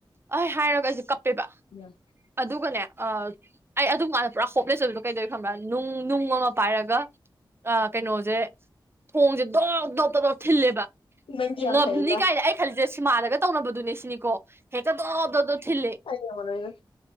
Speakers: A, on the right; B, on the left.
A: ꯑꯩ ꯍꯥꯏꯔꯒ ꯑꯩꯁꯦ ꯀꯞꯄꯦꯕ
B: ꯎꯝ
A: ꯑꯗꯨꯒꯅꯦ ꯑ ꯑꯩ ꯑꯗꯨꯝꯀꯥꯟꯗ ꯄꯨꯔꯥ ꯍꯣꯞꯂꯦꯆ ꯑꯣꯏꯕꯗꯣ ꯀꯩꯗꯧꯋꯤ ꯈꯪꯕ꯭ꯔꯥ ꯅꯨꯡ ꯅꯨꯡ ꯑꯃ ꯄꯥꯏꯔꯒ ꯑ ꯀꯩꯅꯣꯁꯦ ꯊꯣꯡꯁꯦ ꯗꯣꯛ ꯗꯣꯛ ꯗꯣꯕ ꯗꯣꯕ ꯊꯤꯟꯂꯦꯕ
B: ꯅꯪꯗꯤ
A: ꯉꯝꯅꯤ
B: ꯌꯥꯝ ꯍꯩꯗ
A: ꯀꯥꯏ ꯈꯜꯂꯤꯁꯦꯠ ꯁꯤꯃꯥꯟꯗꯒ ꯇꯧꯅꯕꯗꯨꯅꯦ ꯁꯤꯅꯤꯀꯣ ꯍꯦꯛꯇ ꯗꯣꯞ ꯗꯣꯞꯇꯣ ꯊꯤꯜꯂꯦ
B: ꯑꯩ ꯉꯝꯃꯔꯣꯏꯗ ꯎꯝ